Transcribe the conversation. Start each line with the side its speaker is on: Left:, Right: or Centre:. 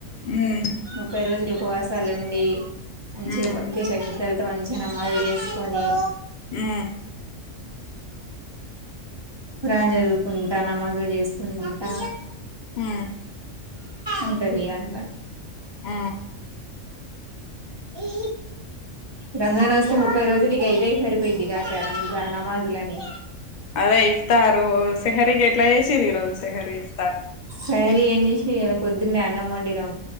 Left: మ్మ్
Right: ముప్పై రోజులు ఉపవాసాలు ఉండి మంచిగా
Left: మ్మ్
Right: భక్తి శ్రద్ధల మంచిగ నమాజులు చేసుకొని
Left: ఆ
Right: ఖురాన్ చదువుకుంట నమాజులు చేసుకుంటా
Left: ఆ
Right: ఉంటారిగ అంత
Left: ఆ
Right: ఈ రంజాన్ వస్తే ముప్పై రోజులు ఇగ ఇదే సరిపోయిద్ది ఇక రంజాన్ నమాజులని
Left: అదే ఇఫ్తారు శెహరి ఎట్లా చేసిర్రు ఈ రోజు శెహరి ఇఫ్తార
Right: శెహరీ ఏం చేసి ఇయాలా పొద్దున్నే అన్నమండినం